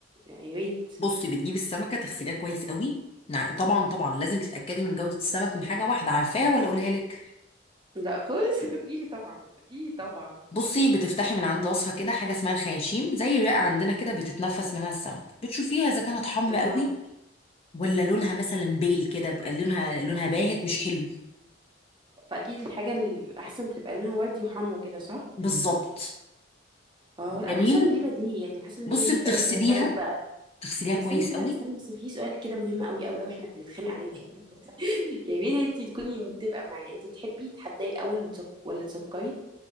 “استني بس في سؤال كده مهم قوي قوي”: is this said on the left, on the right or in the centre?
Right